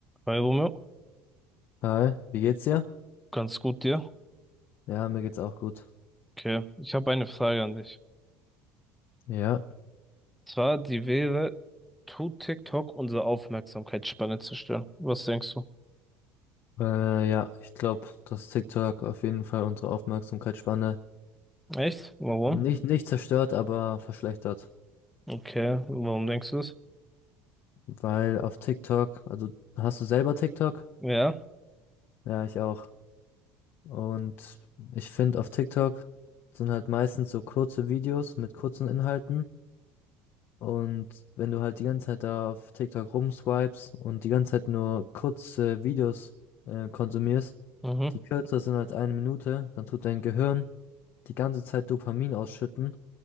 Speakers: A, in the centre; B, on the left (about 55°).
A: Hi Romeo,
B: Hi, wie geht's dir?
A: ganz gut dir.
B: Ja, mir geht's auch gut.
A: Okay, ich habe eine Frage an dich.
B: Ja,
A: Zwar, die wäre, tut TikTok unsere Aufmerksamkeitsspanne zerstören? Was denkst du?
B: äh, ja, ich glaube, dass TikTok auf jeden Fall unsere Aufmerksamkeitsspanne
A: Echt? Warum?
B: nicht, nicht zerstört, aber verschlechtert.
A: Okay, warum denkst du es?
B: Weil auf TikTok, also hast du selber TikTok?
A: Ja,
B: Ja, ich auch. Und ich finde, auf TikTok sind halt meistens so kurze Videos mit kurzen Inhalten. Und wenn du halt die ganze Zeit da auf TikTok rumswipes und die ganze Zeit nur kurze Videos äh, konsumierst,
A: mhm.
B: die kürzer sind als eine Minute, dann tut dein Gehirn die ganze Zeit Dopamin ausschütten